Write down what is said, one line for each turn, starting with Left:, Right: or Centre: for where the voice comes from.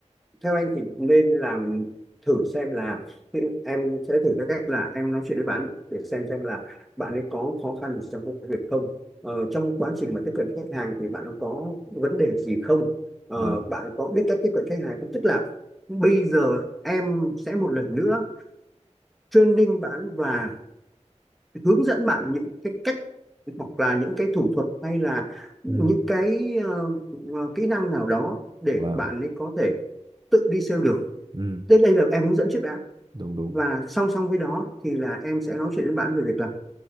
Centre: theo anh thì nên làm thử xem là thì em sẽ thử theo cách là em nói chuyện với bạn để xem xem là bạn ấy có khó khăn gì trong công việc không Ờ, trong quá trình mà tiếp cận khách hàng thì bạn có vấn đề gì không Ờ,
Right: vâng
Centre: bạn có biết cách tiếp cận khách hàng không tức là bây giờ em sẽ một lần nữa training bạn và hướng dẫn bạn những cái cách hoặc là những cái thủ thuật hay là những
Right: ừ
Centre: cái ờ, ờ, kỹ năng nào đó để
Right: vâng
Centre: bạn ấy có thể tự đi sale được
Right: ừ
Centre: đến đây là em hướng dẫn trước đã
Right: đúng đúng
Centre: và song song với đó thì là em sẽ nói chuyện với bạn về việc là